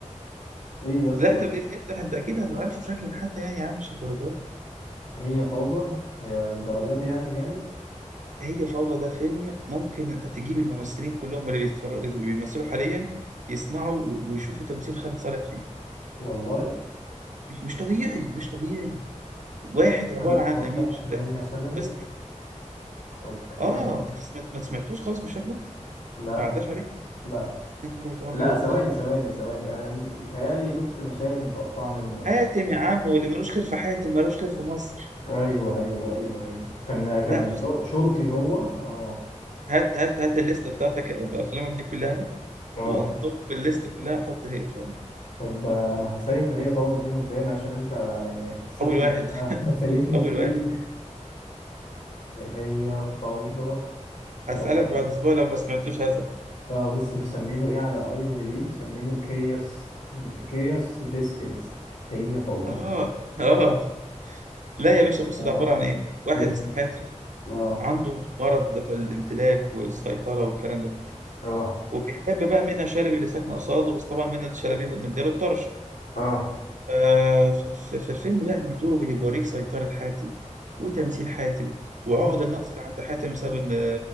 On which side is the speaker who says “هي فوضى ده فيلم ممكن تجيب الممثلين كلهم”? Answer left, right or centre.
Right